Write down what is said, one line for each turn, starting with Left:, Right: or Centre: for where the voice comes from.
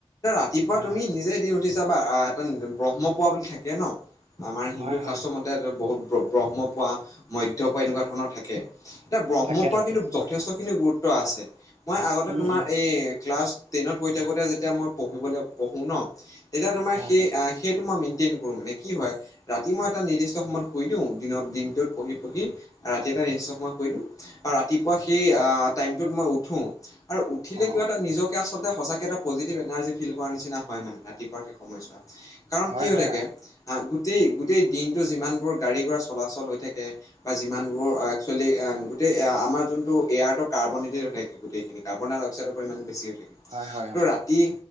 Left: এতি ৰা ৰাতিপুৱা
Right: হয়
Left: তুমি
Right: হয়
Left: নিজে এদিন উঠি চাবা এটা আ ব্ৰহ্ম পুৱা বুলি থাকে ন আমাৰ হিন্দু
Right: হয় হয়
Left: শাস্ত্ৰ মতে বহুত ব্ৰ ব্ৰহ্মপুৱা মধ্যপুৱা এনেকুৱা ধৰণৰ থাকে এতিয়া ব্ৰহ্মপুৱা
Right: থাকে থাকে
Left: কিন্তু যথেষ্টখিনি গুৰুত্ব আছে মই আগতে
Right: উম
Left: তোমাৰ
Right: উম
Left: এই ক্লাছ ট্ৰেইনত পৰি থাকোতে যেতিয়া মই পঢ়িবলৈ পঢ়ো ন তেতিয়া তোমাৰ
Right: হয়
Left: সেই
Right: হয়
Left: সেইটো মই মিনতে নকৰো মানে কি হয় ৰাতি মই এটা নিৰ্দিষ্ট সময়ত শুই দিওঁ দিনত দিনটোত পঢ়ি পঢ়ি ৰাতি এটা নিৰ্দিষ্ট সময়ত শুই দিওঁ আৰু ৰাতিপুৱা সেই আ টাইমটোত মই উঠো আৰু উঠিলে
Right: অ
Left: কিবা
Right: অ
Left: এটা নিজক তিয়া আচলতে সঁচাকে এটা পজিটিভ এনাৰ্জি ফিল কৰাৰ নিচিনা হয় মানে ৰাতিপুৱা সেই সময়ছোৱা কাৰণ
Right: হয়
Left: কি হৈ
Right: হয়
Left: থাকে আ গোটেই গোটেই দিনটো যিমানবোৰ গাড়ী ঘুৰা চলাচল হৈ থাকে বা যিমান বোৰ একচুৱেলি আ গোটেই আমাৰ যোনটো এয়াৰত কাৰ্বোনেটি হৈ থাকে গোটেইখিনি কাৰ্বন ডাইক্সাইৰ পৰিমাণটো বেছি হৈ থাকে
Right: হয় হয়
Left: ত'
Right: অ
Left: ৰাতি